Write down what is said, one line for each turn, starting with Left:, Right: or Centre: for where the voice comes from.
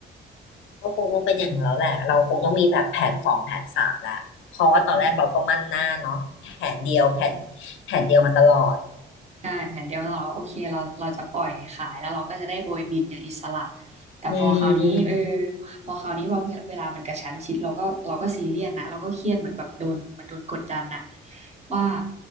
Left: ก็คงต้องเป็นอย่างนั้นแล้วแหละเราคงต้องมีแบบแผนสองแผนสามละเพราะว่าตอนแรกเราก็มั่นหน้าเนาะแผนเดียวแผน
Right: อืมอืม
Left: แผนเดียวมาตลอด
Right: ใช่แผนเดียวเราก็โอเคเราเราจะปล่อยขายแล้วเราก็จะได้โบยบินอย่างอิสระแต่พอคราวนี้เออ
Left: อืม
Right: พอคราวนี้ว่าเวลามันกระชั้นชิดเราก็เราก็ซีเรียสนะเราก็เครียดเหมือนแบบโดนมันโดนกดดันน่ะว่า